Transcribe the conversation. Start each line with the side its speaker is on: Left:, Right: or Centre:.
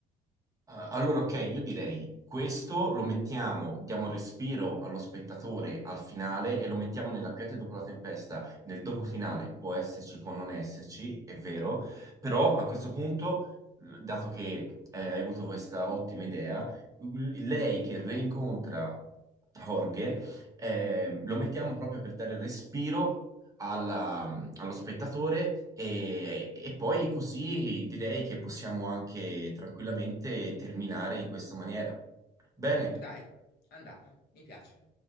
Right: allora ok, io direi questo lo mettiamo, diamo un respiro allo spettatore al finale e lo mettiamo nella quiete dopo la tempesta. Nel dopo finale può esserci, può non esserci, è vero, però a questo punto, eh, dato che eh, hai avuto questa ottima idea, l- lei che reincontra Jorge, eh, lo mettiamo proprio per dare respiro alla- allo spettatore e, e poi così direi che possiamo anche tranquillamente terminare in questa maniera. Bene.
Left: dai, andata, mi piace.